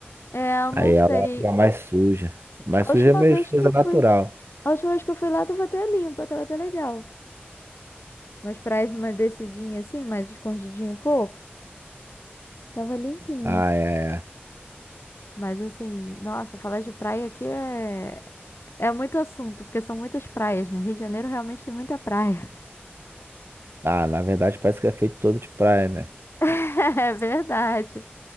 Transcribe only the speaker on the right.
Aí
ela
fica mais suja. Mais
suja
é meio
coisa
natural.
Ah, é. é.
Ah, na verdade parece que é feito todo de praia, né?